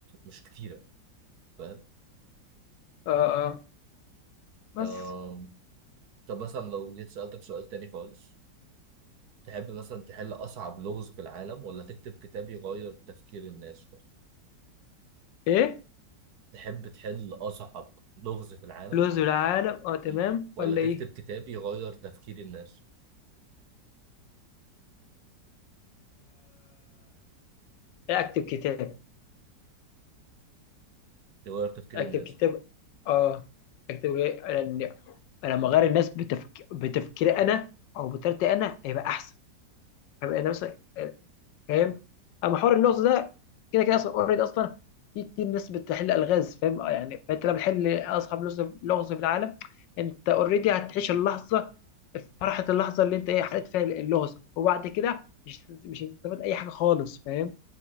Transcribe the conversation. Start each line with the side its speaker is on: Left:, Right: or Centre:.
Right: مش كتيرة فاهم؟
Left: اه بس
Right: آه طب مثلا لو جيت سألتك سؤال تاني خالص تحب مثلا تحل أصعب لغز في العالم ولا تكتب كتاب يغير تفكير الناس؟
Left: ايه
Right: تحب تحل أصعب لغز في العالم
Left: لوز العالم اه تمام
Right: مم. ولا
Left: ولا
Right: تكتب
Left: ايه
Right: كتاب يغير تفكير الناس؟
Left: إيه اكتب كتاب
Right: يغير تفكير
Left: اكتب
Right: الناس؟
Left: كتاب اه اكتب ايه انا أنا لما اغير الناس بتفك... بتفكيري انا او بطريقتي انا هيبقى احسن هيبقى انا مثلا فاهم اما حوار اللغز ده كده كده اصلا اوريدي اصلا في كتير ناس بتحل الغاز فاهم يعني فانت لما بتحل اصعب لغز لغز في العالم انت اوريدي هتعيش اللحظه فرحه اللحظه اللي انت ايه حليت فيها اللغز وبعد كده مش مش هتستفاد اي حاجه خالص فاهم